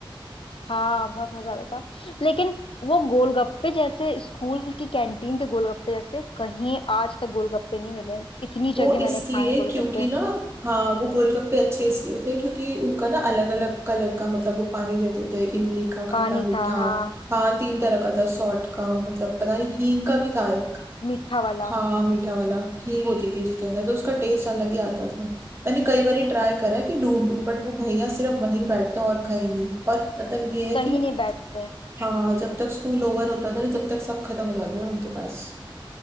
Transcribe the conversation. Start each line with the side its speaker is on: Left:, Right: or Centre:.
Left: हाँ बहुत मजा आता था लेकिन वो गोलगप्पे जैसे स्कूल की कैंटीन के गोलगप्पे जैसे कहीं आज तक गोलगप्पे नहीं मिले इतनी
Right: वो
Left: जगह
Right: इसलिए
Left: मैंने खाए गोलगप्पे
Right: क्योंकि ना हाँ वो गोलगप्पे अच्छे इसलिए होते हैं क्योंकि उनका ना अलग अलग कलर का मतलब वो पानी देते थे इमली का खट्टा
Left: पानी
Right: मीठा
Left: था हाँ
Right: हाँ तीन तरह का था सॉल्ट का मतलब पता नहीं हींग का भी था एक
Left: मीठा वाला
Right: हाँ मीठा वाला हींग होती थी उसके अंदर तो उसका टेस्ट अलग ही आता था मैंने कई बार ट्राई करा है कि ढूंढूं बट वो भैया सिर्फ वहीं बैठते हैं और कहीं नहीं और मतलब ये है
Left: कहीं
Right: कि
Left: नहीं बैठते
Right: हाँ जब तक स्कूल ओवर होता था ना जब तक सब खत्म हो जाता था उनके पास